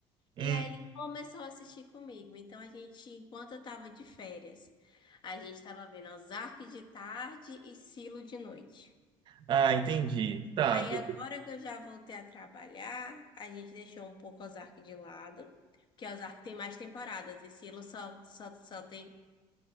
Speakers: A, on the right; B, on the left.
A: hum.
B: E aí ele começou a assistir comigo. Então a gente, enquanto eu tava de férias, a gente tava vendo Ozark de tarde e Silo de noite.
A: Ah, entendi. Tá.
B: Aí
A: beleza.
B: agora que eu já voltei a trabalhar, a gente deixou um pouco Ozark de lado, porque Ozark tem mais temporadas e Silo só, só, só tem